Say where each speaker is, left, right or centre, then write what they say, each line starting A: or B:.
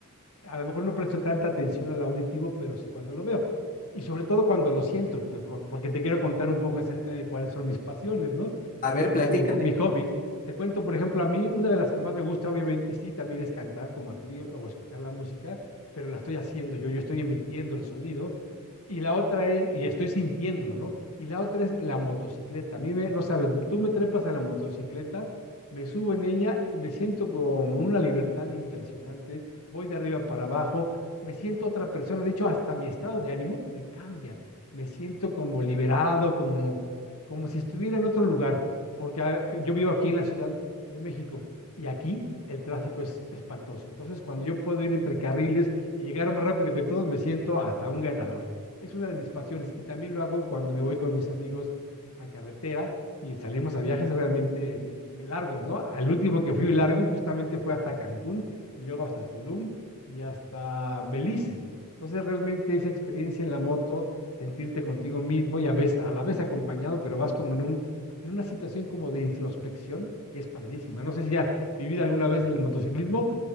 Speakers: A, on the left (about 75°); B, on the left (about 40°).
A: a lo mejor no presto tanta atención al auditivo, pero sí cuando lo veo. Y sobre todo cuando lo siento, te- por- porque te quiero contar un poco acerca de cuáles son mis pasiones, ¿no?
B: A
A: Y
B: ver,
A: lo que
B: platícame.
A: más me, mi hobby. Te cuento, por ejemplo, a mí una de las que más me gusta, obviamente, sí, también es cantar como a ti o escuchar la música, pero la estoy haciendo yo, yo estoy emitiendo el sonido. Y la otra es, y estoy sintiéndolo, ¿no? Y la otra es la motocicleta. A mí me, no sabes, tú me trepas a la motocicleta, me subo en ella y me siento con una libertad impresionante voy de arriba para abajo, me siento otra persona, de hecho hasta mi estado de ánimo me cambia, me siento como liberado, como, como si estuviera en otro lugar, porque ah, eh, yo vivo aquí en la Ciudad de México y aquí el tráfico es espantoso. Entonces, cuando yo puedo ir entre carriles y llegar más rápido que todos, me siento hasta un ganador. Es una de mis pasiones y también lo hago cuando me voy con mis amigos a carretera y salimos a viajes realmente eh, muy largos, ¿no? Al último que fui largo justamente fue hasta Cancún y luego hasta Tulum y hasta Belice. Entonces, realmente esa experiencia en la moto, sentirte contigo mismo y a veces, a la vez acompañado, pero vas como en un, en una situación como de introspección que es padrísima. No sé si has vivido alguna vez el motociclismo,